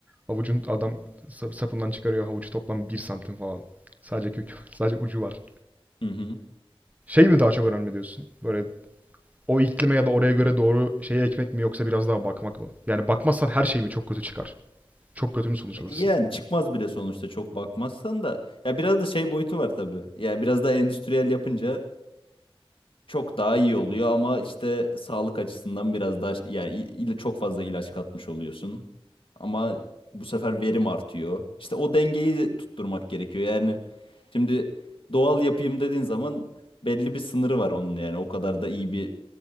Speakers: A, on the right; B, on the left.
A: Havucun adam sa- sapından çıkarıyor havucu toplam bir santim falan. Sadece kökü, <laughs> sadece ucu var.
B: Hı hı.
A: Şey mi daha çok önemli diyorsun? Böyle o iklime ya da oraya göre doğru şeyi ekmek mi yoksa biraz daha bakmak mı? Yani bakmazsan her şey mi çok kötü çıkar? Çok kötü mü sonuç alırsın?
B: Yani çıkmaz bile sonuçta çok bakmazsan da. Ya biraz da şey boyutu var tabii. Yani biraz da endüstriyel yapınca çok daha iyi oluyor ama işte sağlık açısından biraz daha yani il- il- çok fazla ilaç katmış oluyorsun. Ama bu sefer verim artıyor. İşte o dengeyi tutturmak gerekiyor. Yani şimdi doğal yapayım dediğin zaman belli bir sınırı var onun yani. O kadar da iyi bir